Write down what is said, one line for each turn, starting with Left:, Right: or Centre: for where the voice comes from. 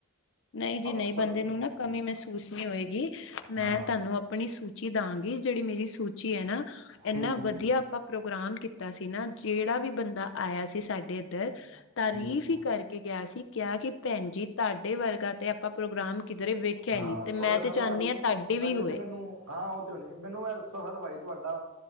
Left: ਨਹੀਂ ਜੀ
Right: ਆਪਾਂ
Left: ਨਹੀਂ ਬੰਦੇ
Right: ਤੇ ਐਂ
Left: ਨੂੰ
Right: ਹੀ
Left: ਨਾ ਕਮੀ
Right: ਆ।
Left: ਮਹਿਸੂਸ ਨਹੀਂ ਹੋਏਗੀ
Right: ਹਾਂ
Left: ਮੈਂ ਤੁਹਾਨੂੰ ਆਪਣੀ ਸੂ- ਚੀ ਦਿਆਂਗੀ ਜਿਹੜੀ ਮੇਰੀ ਸੂਚੀ ਹੈ ਨਾ ਇੰਨਾ
Right: ਹੂੰ
Left: ਵਧੀਆ- ਆਪਾਂ ਪ੍ਰੋਗਰਾਮ ਕੀਤਾ ਸੀ ਨਾ ਜਿਹੜਾ ਵੀ ਬੰਦਾ ਆਇਆ ਸੀ ਸਾਡੇ ਇੱਧਰ- ਤਾਰੀਫ਼
Right: ਹੂੰ ਹੂੰ
Left: ਹੀ ਕਰਕੇ ਗਿਆ ਸੀ ਕਿਹਾ ਕਿ ਭੈਣ ਜੀ ਤੁਹਾਡੇ- ਤੇ ਆਪਾਂ ਪ੍ਰੋਗਰਾਮ ਕਿਧਰੇ ਵੇਖਿਆ
Right: ਹਾਂ
Left: ਹੀ ਨੀ ਤੇ ਮੈਂ
Right: ਔਰ
Left: ਤੇ
Right: ਹਲਵਾਈ
Left: ਚਾਹੁੰਦੀ ਹਾਂ ਤੁਹਾਡੀ ਵੀ
Right: ਪਹਿਲੇ
Left: ਹੋਏ-
Right: ਤਾਂ ਮੈਨੂੰ ਹਾਂ ਉਹ ਤੇ ਹੋ ਨ ਮੈਨੂੰ ਇਹ ਦੱਸੋ ਹਲਵਾਈ ਤੁਹਾਡਾ-